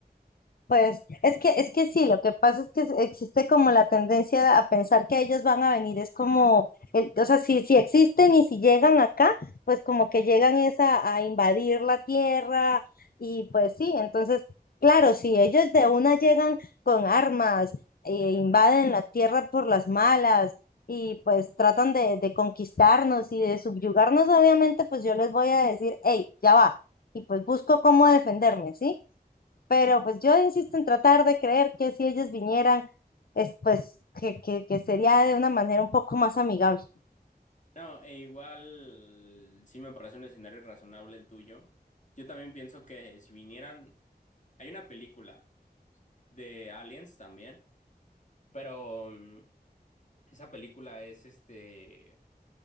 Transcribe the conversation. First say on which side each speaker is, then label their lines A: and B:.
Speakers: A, on the left (about 65°); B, on the left (about 50°).
A: Pues es que es que sí, lo que pasa es que es- existe como la tendencia a pensar que ellos van a venir, es como, el- o sea, si, si existen y si llegan acá, pues como que llegan es a, a invadir la tierra y pues sí, entonces, claro, si ellos de una llegan con armas, e invaden la tierra por las malas y pues tratan de, de conquistarnos y de subyugarnos, obviamente, pues yo les voy a decir, hey, ya va, y pues busco cómo defenderme, ¿sí? Pero pues yo insisto en tratar de creer que si ellos vinieran, es, pues que, que, que sería de una manera un poco más amigable.
B: No, e igual sí me parece un escenario razonable el tuyo. Yo también pienso que si vinieran, hay una película de Aliens también, pero mm, esa película es este